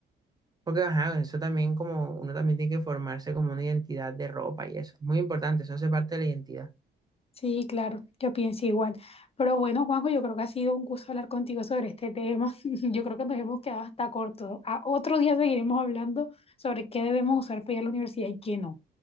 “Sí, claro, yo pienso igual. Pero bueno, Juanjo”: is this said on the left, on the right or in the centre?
Left